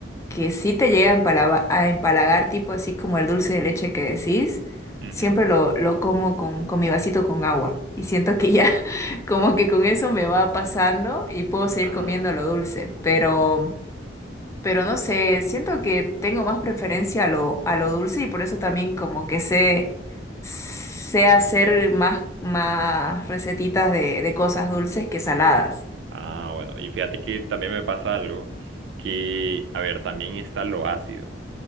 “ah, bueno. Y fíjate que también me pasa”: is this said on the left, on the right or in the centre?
Right